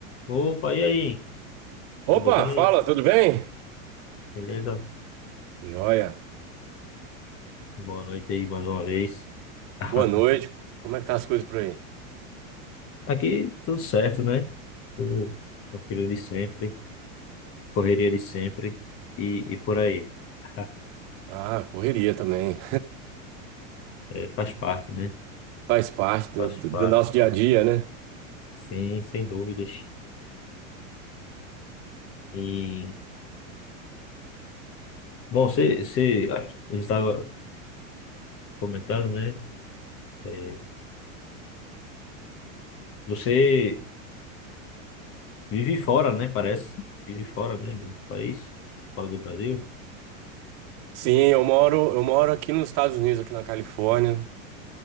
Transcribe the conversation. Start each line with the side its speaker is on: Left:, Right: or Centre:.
Left: Opa, e aí?
Right: Opa,
Left: Tudo bem?
Right: fala, tudo bem?
Left: Beleza?
Right: Joia.
Left: Boa noite aí mais uma vez. <laughs>
Right: Boa noite. Como é que tá as coisas por aí?
Left: Aqui tudo certo, né? Tudo tranquilo de sempre, correria de sempre e, e por aí. <laughs>
Right: Ah, correria também.
Left: É, faz parte, né?
Right: <laughs> Faz parte do,
Left: Faz
Right: do- do
Left: parte,
Right: nosso dia a dia, né?
Left: sim, sem dúvidas. E, bom, você, você, a gente estava comentando, né? É, você vive fora, né? Parece. Vive fora, né? Do país, fora do Brasil.
Right: Sim, eu moro, eu moro aqui nos Estados Unidos, aqui na Califórnia,